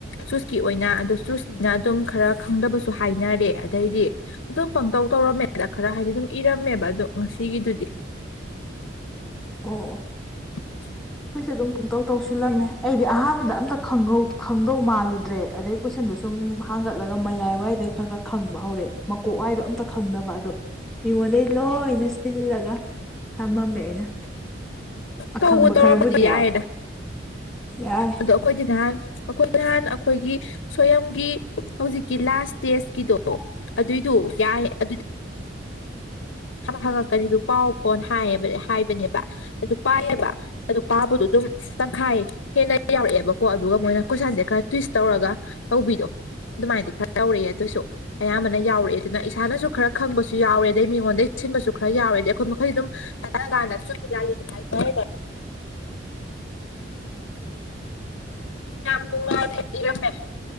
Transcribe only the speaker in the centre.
ꯑꯣ
ꯑꯩꯈꯣꯏꯁꯨꯦ ꯑꯗꯨꯝ ꯄꯨꯡꯇꯧ ꯇꯧꯁꯤꯜꯂꯝꯃꯦ ꯑꯩꯗꯤ ꯑꯍꯥꯟꯕꯗ ꯑꯝꯇ ꯈꯪꯍꯧ ꯈꯪ ꯀꯗꯧ ꯃꯥꯜꯂꯨꯗ꯭ꯔꯦ ꯑꯗꯩ ꯀꯣꯏꯁꯟꯗꯣ ꯁꯨꯝ ꯍꯥꯡꯒꯠꯂꯒ ꯃꯌꯥꯏ ꯋꯥꯏꯗꯩ ꯈꯔ ꯈꯔ ꯈꯪꯕ ꯍꯧꯔꯛꯑꯦ ꯃꯀꯣꯛ ꯋꯥꯏꯗꯣ ꯑꯝꯇ ꯈꯪꯗꯕ ꯑꯗꯣ ꯃꯤꯉꯣꯟꯗꯒꯤ ꯂꯣꯏꯅ ꯁꯤꯜꯂꯒ ꯊꯝꯃꯝꯃꯦ ꯑꯩꯅ ꯑꯈꯪꯕ
ꯈꯔꯕꯨꯗꯤ ꯌꯥꯎꯋꯦ
ꯌꯥꯔꯦ